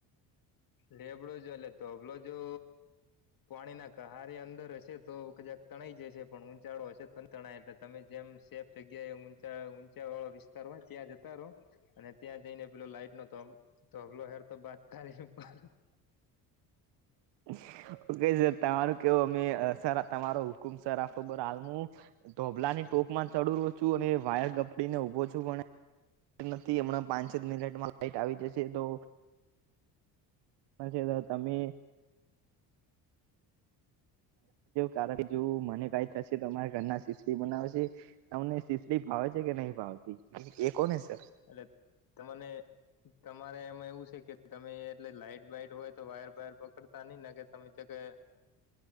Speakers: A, on the left; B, on the right.
A: લેબડો જો એટલે તોબલો જો પાણી ના કહારી અંદર હશે તો કજાક તણાઈ જશે પણ ઊંચાળો હશે તો તણાય એટલે તમે જેમ સેફ જગ્યા એ ઊંચા ઊંચા વાળો વિસ્તાર હોય ત્યાં જતા રહો અને ત્યાં જઈને પેલો લાઈટ નો ત તબલો હેર તો બાત તારી પર
B: હ. ઓકે સર તમારું કેવું અમે તમારો હુકુમ સર આ ખબર હાલ મુ ધોભલાની ટોક માં ચડુરો છું અને વાયર ગપડી ને ઉઊભો છું પણ. નથી હમણાં પાંચ છ મિનિટમાં લાઈટ આવી જશે તો. ના તમે. કારણ કે જો મને કઈ થશે તો અરા ઘરના શિસરી બનાવશે. તમને શિસરી ભાવે છે કે નહી ભાવતી એ કોને છે.
A: એટલે તને તમારે એમાં એવું છે કે તમે એટલે લાઈટ બાઈટ હોય તો વાયર વાયર પકડતા નઈ ને કે તમે જ કે